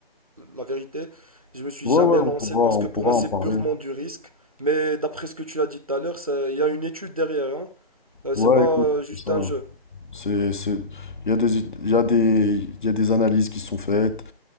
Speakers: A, on the right (about 35°); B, on the left (about 50°).
A: la vérité, je me suis
B: Ouais,
A: jamais
B: ouais, on
A: lancé
B: pourra,
A: parce
B: on
A: que
B: pourra
A: pour moi, c'est
B: en parler.
A: purement du risque. Mais d'après ce que tu as dit tout à l'heure, ça- il y a une étude derrière, hein. Euh,
B: Ouais,
A: C'est pas
B: écoute,
A: euh, juste
B: c'est ça.
A: un jeu.
B: C'est, c'est, il y a des, it- il y a des, il y a des analyses qui sont faites.